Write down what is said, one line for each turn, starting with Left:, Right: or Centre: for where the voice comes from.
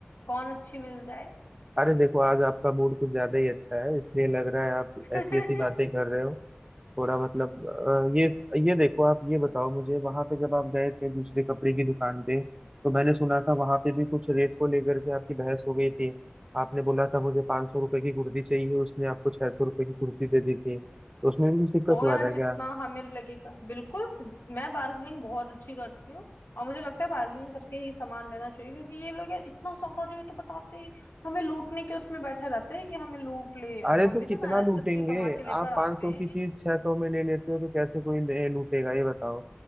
Left: कौन अच्छी मिल जाए
Right: अरे देखो आज आपका मूड कुछ ज्यादा ही अच्छा है इसलिए लग रहा है आप
Left: <laughs>
Right: ऐसी ऐसी बातें कर रहे हो थोड़ा मतलब अ, ये ये देखो आप ये बताओ मुझे वहां पे जब आप गए थे दूसरे कपड़े की दुकान पे तो मैंने सुना था वहां पे भी कुछ रेट को लेकर के आपकी बहस हो गई थी आपने बोला था मुझे पाँच सौ रुपए की कुर्ती चाहिए उसने आपको छह सौ रुपए की कुर्ती दे दी थी तो उसमें भी कुछ दिक्कत
Left: तो
Right: हुआ
Left: यार
Right: था
Left: जितना
Right: क्या
Left: हमें लगेगा बिल्कुल मैं बार्गेनिंग बहुत अच्छी करती हूँ और मुझे लगता है बार्गेनिंग करके ही सामान लेना चाहिए क्योंकि ये लोग यार इतना ज्यादा रेट बताते हैं हमें लूटने के उसमें बैठे रहते हैं कि हमें लूट ले
Right: अरे
Left: अब हम
Right: तो
Left: भी
Right: कितना
Left: तो मेहनत
Right: लूटेंगे
Left: करके कमा के लेकर
Right: आप
Left: आते
Right: 500 सौ
Left: हैं
Right: की चीज 600 सौ में ले लेते हो तो कैसे कोई ले- लूटेगा ये बताओ